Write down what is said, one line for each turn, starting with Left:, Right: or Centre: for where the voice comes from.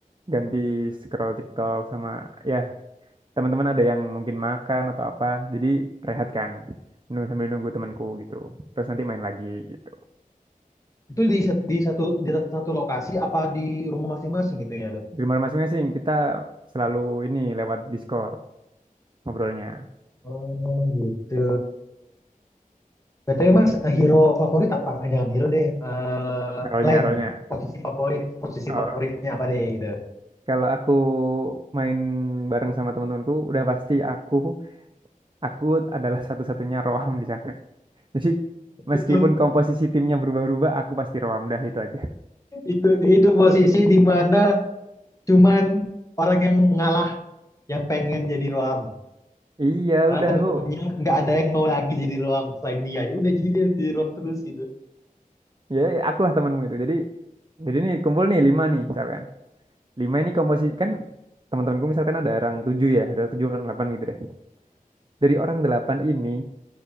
Right: ganti scroll TikTok sama ya teman-teman ada yang mungkin makan atau apa jadi rehat kan nunggu sambil nunggu temanku gitu terus nanti main lagi gitu
Left: Itu di, sat- di satu di satu lokasi apa di rumah masing-masing gitu ya?
Right: di rumah masing-masing kita selalu ini lewat Discord ngobrolnya
Left: Oh gitu. BTW Mas, eh, hero favorit apa? Eh, Jangan hero deh. Eh
Right: rolnya
Left: Len,
Right: rolnya
Left: posisi favorit, posisi
Right: oh,
Left: favoritnya apa deh gitu.
Right: kalau aku main bareng sama teman-temanku udah pasti aku aku adalah satu-satunya roam di sana <laughs> jadi meskipun
Left: Itu
Right: komposisi timnya berubah-ubah aku pasti roam dah itu aja
Left: itu itu posisi di mana cuman orang yang ngalah yang pengen jadi Roam.
Right: iya
Left: Karena
Right: udah
Left: temen-temennya
Right: aku
Left: nggak ada yang mau lagi jadi Roam selain dia. Ya udah jadi dia jadi Roam terus gitu.
Right: ya akulah temanmu itu jadi jadi nih kumpul nih lima nih misalkan Lima ini komposisi kan teman-temanku misalkan ada orang tujuh ya, ada tujuh orang delapan gitu deh. Dari orang delapan ini,